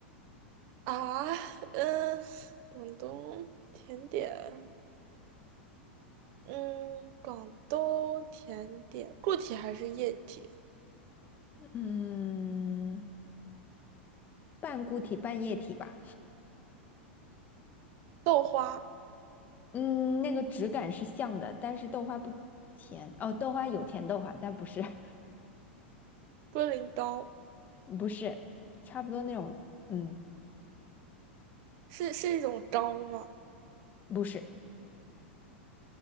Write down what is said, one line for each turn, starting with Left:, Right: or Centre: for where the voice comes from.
Right: 啊，嗯、广东甜点，嗯，广东甜点，固体还是液体？
Left: 嗯，半固体半液体吧，
Right: 豆花、
Left: 嗯，那个质感是像的，但是豆花不甜，哦，豆花有甜豆花，但不是，<laughs>
Right: 龟苓膏，
Left: 不是，差不多那种，嗯，
Right: 是是一种膏吗？
Left: 不是，